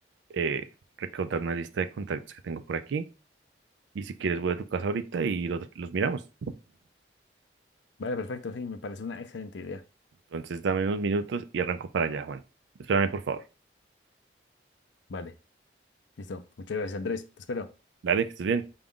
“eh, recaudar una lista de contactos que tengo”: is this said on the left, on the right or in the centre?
Right